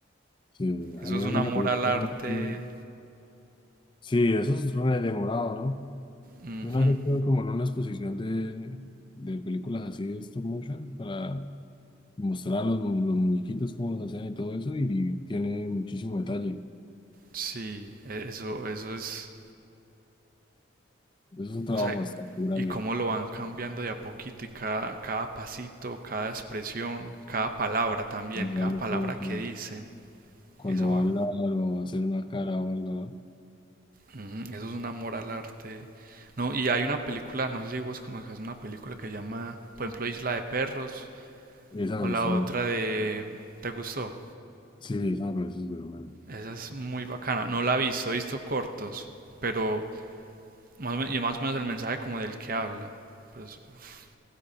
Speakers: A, on the left; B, on the right.
A: Sí, hay
B: Eso es
A: una
B: un amor
A: que me gusta
B: al arte.
A: mucho. Sí, eso es re demorado, ¿no?
B: Ujú.
A: Yo una vez estuve como en una exposición de, de películas así de stop motion para mostrar a los, los muñequitos cómo los hacían y todo eso. Y tiene muchísimo detalle.
B: Sí, e- eso, eso es
A: Eso es un trabajo
B: O sea,
A: bastante grande.
B: y cómo lo van cambiando de a poquito y cada, cada pasito, cada expresión, cada palabra también, cada
A: Ya lo
B: palabra
A: produce.
B: que dicen.
A: Cuando
B: Eso
A: va
B: va-
A: a hablar o va a hacer una cara o algo.
B: ujú, eso es un amor al arte. No, y hay una película, no sé si vos conozcas una película que llama, por ejemplo, Isla de Perros
A: ¿no? Esa
B: o
A: me
B: la
A: gusta
B: otra
A: mucho.
B: de ¿Te gustó?
A: Sí, sí, esa me parece súper buena.
B: Esa es muy bacana. No la he visto, he visto cortos, pero más o men- y más o menos el mensaje como del que habla. Pero es- uf,